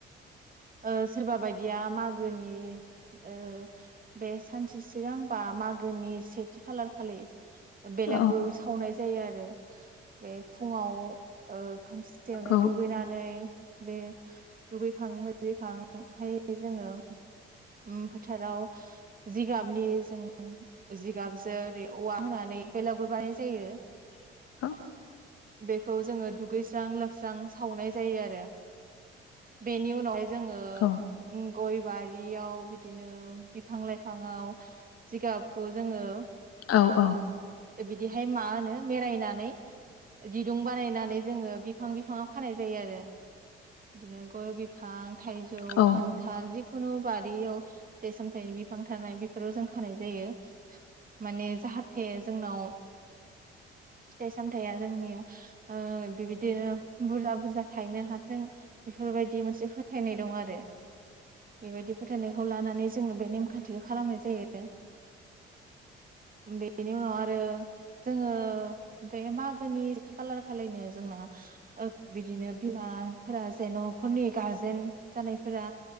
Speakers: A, on the right (about 30°); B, on the left (about 50°).
A: ओ सोरबा बायदिया मागोनि ओ बे सानसे सिगां बा मागोनि सेथि खालार खालि बेलागुर
B: औ
A: सावनाय जायो आरो बे फुुंआव ओ खोमसिथायावनो
B: औ
A: दुगैनानै बे दुगैखां ओरैखांहाय जोङो उम फोथाराव जिगाबनि जों जिगाबजों ओरै औवा होनानै बेलागुर बानायनाय जायो।
B: <inaudible>
A: बेखौ जोङो दुगैस्रां लोबस्रां सावनाय जायो आरो। बेनि उनावहाय जोङो
B: औ
A: उम गय बारियाव बिदिनो बिफां लाइफाङाव जिगाबखौ जोङो
B: औ औ।
A: बिदिहाय मा होनो मेरायनानै दिदुं बानायनानै जोङो बिफां बिफाङाव खानाय जायो आरो। बिदिनो गय बिफां थाइजौ
B: औ
A: खान्थाल जि खुनु बारियाव फिथाइ सामथाइनि बिफां थानाय बेफोराव जों खानाय जायो माने जाहाथे जोंनाव फिथाइ सामथाइया जोंनिया ओ बिबायदिनो बुरजा बुरजा थायनो हाथों। बेफोरबायदि मोनसे फोथायनाय दं आरो बेबायदि फोथायनायखौ लानानै जोङो बे नेमखान्थिखौ खालामनाय जायो बेनि उनाव आरो जोङो बे मागोनि थि खालार खालायनो जोंना ओ बिदिनो बिमाफोरा न'खरनि गारजेन जानायफोरा